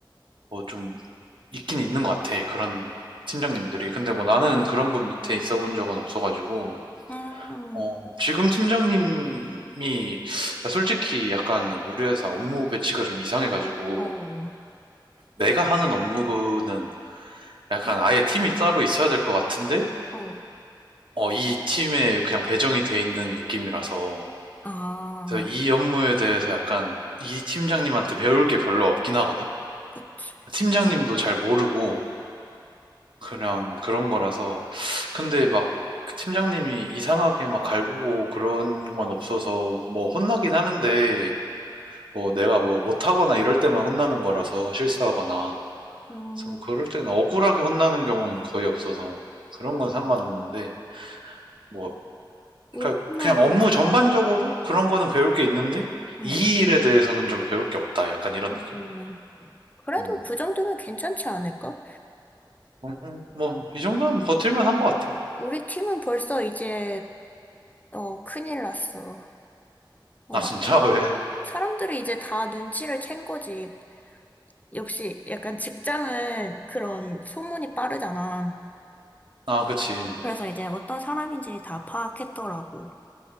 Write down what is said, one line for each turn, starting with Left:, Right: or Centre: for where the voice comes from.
Right: 뭐좀 있긴 있는 것 같아. 그런 팀장님들이. 근데 뭐 나는 그런 분 밑에 있어 본 적은 없어가지고,
Left: 음,
Right: 어, 지금 팀장님이 솔직히 약간 우리 회사 업무 배치가 좀 이상해가지고,
Left: 어,
Right: 내가 하는 업무는 약간 아예 팀이 따로 있어야 될 것 같은데,
Left: 어.
Right: 어, 이 팀에 그냥 배정이 돼 있는 느낌이라서,
Left: 아,
Right: 그래서 이 업무에 대해서 약간 이 팀장님한테 배울 게 별로 없긴 하거든?
Left: 그치.
Right: 팀장님도 잘 모르고, 그냥 그런 거라서. 근데 막 팀장님이 이상하게 막 갈구고 그런 건 없어서 뭐 혼나긴 하는데 뭐 내가 뭐 못하거나 이럴 때만 혼나는 거라서 실수하거나.
Left: 음,
Right: 그래서 뭐 그럴 때는 억울하게 혼나는 경우는 거의 없어서 그런 건 상관없는데 뭐
Left: 우리
Right: 그러니까
Left: 팀은
Right: 그냥 업무
Left: 벌써,
Right: 전반적으로 그런 거는 배울 게 있는데
Left: 응.
Right: 이 일에 대해서는 좀 배울 게 없다. 약간 이런
Left: 음,
Right: 느낌?
Left: 그래도
Right: 음.
Left: 그 정도면 괜찮지 않을까?
Right: 음, 뭐, 이 정도면 버틸만 한 것 같아.
Left: 우리 팀은 벌써 이제, 어, 큰일 났어. 어,
Right: 아, 진짜? <laughs> 왜?
Left: 사람들이 이제 다 눈치를 챈 거지. 역시 약간 직장은 그런 소문이 빠르잖아.
Right: 아, 그치.
Left: 그래서 이제 어떤 사람인지 다 파악했더라고.